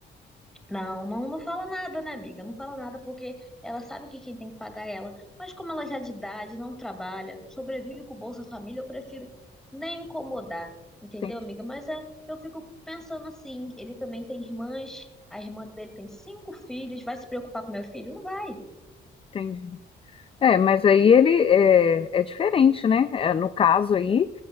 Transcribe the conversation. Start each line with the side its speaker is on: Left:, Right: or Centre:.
Centre: Não, não, não fala nada, né, amiga? Não fala nada porque ela sabe que quem tem que pagar é ela. Mas como ela já é de idade, não trabalha, sobrevive com o Bolsa Família, eu prefiro nem incomodar, entendeu,
Left: Entendi.
Centre: amiga? Mas é, eu fico pensando assim, ele também tem irmãs, a irmã dele tem cinco filhos, vai se preocupar com meu filho? Não vai.
Left: entendi. É, mas aí ele é, é diferente, né? É, no caso aí,